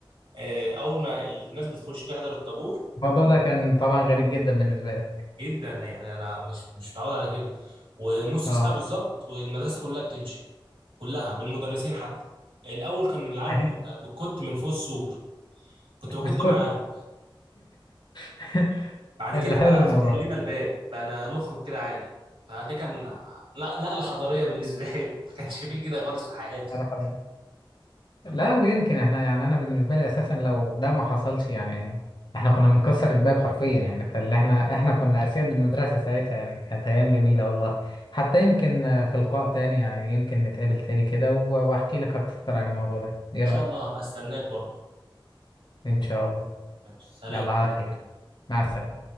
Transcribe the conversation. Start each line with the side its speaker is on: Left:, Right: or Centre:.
Right: آه، اول ما الناس بتخش تحضر الطابور
Left: الموضوع ده كان طبعا غريب جدا بالنسبه لي
Right: جدا يعني انا مش مش متعود على كده ونص
Left: اه
Right: ساعه بالظبط والمدرسه كلها بتمشي كلها بالمدرسين حتى الاول كان العيال
Left: <laughs>
Right: بتكت من فوق السور كنت بكت
Left: بتكون
Right: معاهم
Left: <laughs>
Right: بعد
Left: الحلو
Right: كده بقى
Left: الموضوع
Right: فتح
Left: ده
Right: لنا الباب بقى نخرج كده عادي فدي كان لا نقله حضاريه بالنسبه لي <laughs> ما كانش فيه كده خالص في حياتي
Left: مرحبا لا ويمكن احنا يعني انا بالنسبه لي اساسا لو ده ما حصلش يعني احنا كنا بنكسر الباب حرفيا يعني فاللي احنا احنا كنا اسياد المدرسه ساعتها يعني كانت ايام جميله والله حتى يمكن آه، في لقاء تاني يعني يمكن نتقابل تاني كده و- واحكي لك اكتر عن الموضوع ده ايه
Right: ان شاء
Left: رايك
Right: الله هبقى استناك برضه
Left: ان شاء الله
Right: ماشي سلام
Left: يلا على خير مع السلامه